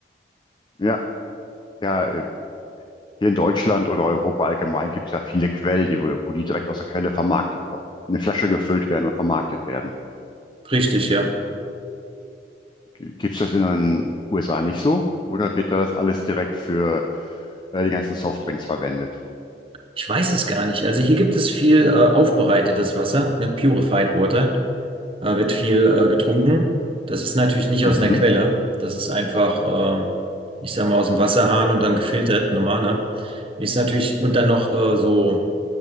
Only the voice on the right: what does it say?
Richtig, ja.
Ich weiß es gar nicht. Also hier gibt es viel äh, aufbereitetes Wasser, ne? Purified Water, äh, wird viel äh, getrunken. Das ist natürlich nicht
aus einer Quelle. Das ist einfach, äh, ich sag mal, aus dem Wasserhahn und dann gefiltert, normal, ne? Ist natürlich, und dann noch äh, so.